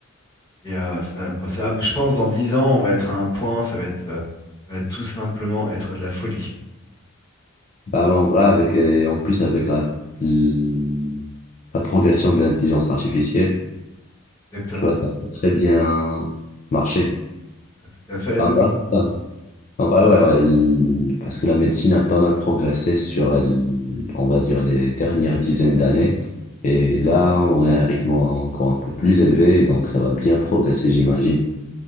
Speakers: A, on the left; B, on the left.
A: Et euh, ça, bah, ça, je pense dans 10 ans on va être à un point, ça va être, euh, ça va tout simplement être de la folie.
B: Bah, ouais, en vrai, avec, euh, en plus, avec la, la progression de l'intelligence artificielle,
A: Exactement.
B: Tu vois, ça peut très bien marcher.
A: Ah, Tout à fait,
B: Ah,
A: oui, oui.
B: bah, ça. En vrai, ouais, ouais, l- parce que la médecine a pas mal progressé sur, euh, l- on va dire, les dernières dizaines d'années. Et là, on est à un rythme encore un peu plus élevé, donc ça va bien progresser, j'imagine.